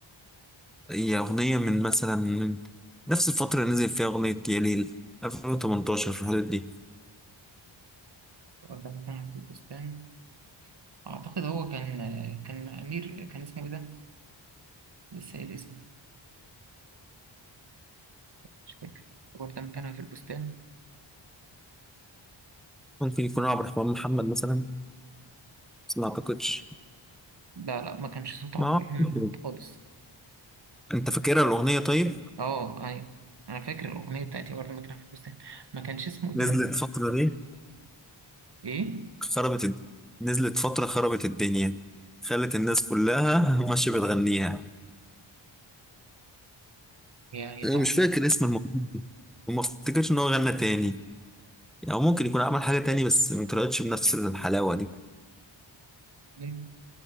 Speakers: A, in the centre; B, on the right.
A: هي اغنيه من مثلا من نفس الفتره اللي نزل فيها اغنيه يا ليل 2018 في الحدود دي
B: ولا مكان في البستان أعتقد هو كان كان أمير كان اسمه إيه ده؟ لسه قايل اسمه مش فاكر هو ده مكانها في البستان
A: ممكن يكون عبد الرحمن محمد مثلا بس ما اعتقدش
B: لا لا ما كانش صوت عبد
A: ما
B: الرحمن
A: أعتقد.
B: محمد خالص
A: انت فاكرها الاغنيه طيب
B: أه أيوه أنا فاكر الأغنية بتاعتي وردة مكانها في البستان ما كانش اسمه إيه
A: نزلت
B: ده
A: الفتره دي
B: إيه؟
A: خربت الد... نزلت فترة خربت الدنيا خلت الناس كلها <laughs> ماشية بتغنيها
B: هي هي
A: أنا
B: تحفة
A: مش فاكر اسم المغني وما افتكرش إن هو غنى تاني أو ممكن يكون عمل حاجة تاني بس ما طلعتش بنفس الحلاوة دي
B: مم.